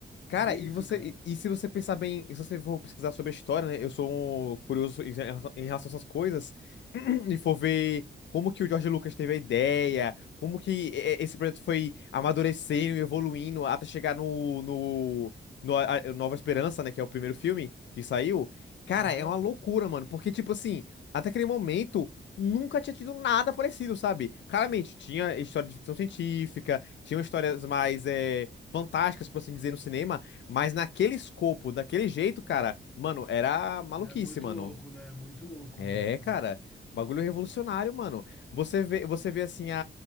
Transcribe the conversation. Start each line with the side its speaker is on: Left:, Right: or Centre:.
Left: Cara,
Centre: Isso,
Left: e você,
Centre: cara.
Left: e, e se você pensar bem, se você for pesquisar sobre a história, né? Eu sou um curioso em relação em relação a essas coisas, <clears throat> e for ver como que o George Lucas teve a ideia, como que eh, esse projeto foi amadurecendo e evoluindo até chegar no, no, no A- A- Nova Esperança, né? Que é o primeiro filme que saiu. Cara,
Centre: Aham.
Left: é uma loucura, mano, porque, tipo assim, até aquele momento. Nunca tinha tido nada parecido, sabe? Claramente, tinha história de ficção científica, tinham histórias mais eh, fantásticas, por assim dizer, no cinema. Mas naquele escopo, daquele jeito, cara, mano, era maluquice,
Centre: É muito
Left: mano.
Centre: louco, né? É muito louco
Left: É,
Centre: mesmo,
Left: cara,
Centre: né?
Left: bagulho revolucionário, mano. Você vê, você vê assim, a,